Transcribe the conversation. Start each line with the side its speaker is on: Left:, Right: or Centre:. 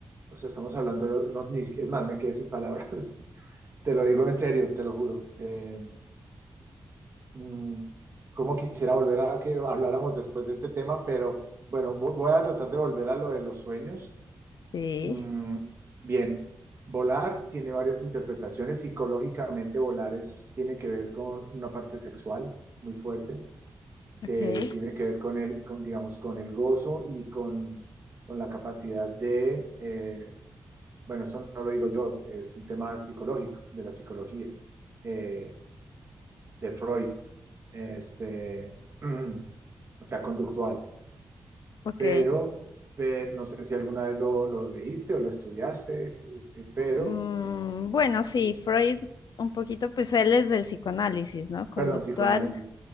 Right: o sea, estamos hablando, de, no, ni, si, es más, me quedé sin palabras, <laughs> te lo digo en serio, te lo juro. Eh, mmm, como quisiera volver a que habláramos después de este tema, pero bueno, voy a tratar de volver a lo de los sueños.
Left: Sí.
Right: Mm, bien, volar tiene varias interpretaciones. Psicológicamente, volar es- tiene que ver con una parte sexual muy fuerte, que
Left: Ok,
Right: tiene que ver con el, con, digamos, con el gozo y con, con la capacidad de, eh, bueno, eso no lo digo yo, es un tema psicológico, de la psicología, eh, de Freud, este, <clears throat> o sea, conductual.
Left: ok.
Right: Pero, pero no sé si alguna vez lo, lo leíste o lo estudiaste, eh, pero
Left: Mm, bueno, sí, Freud un poquito, pues él es del psicoanálisis, ¿no? Conductual,
Right: Perdón, psicoanálisis.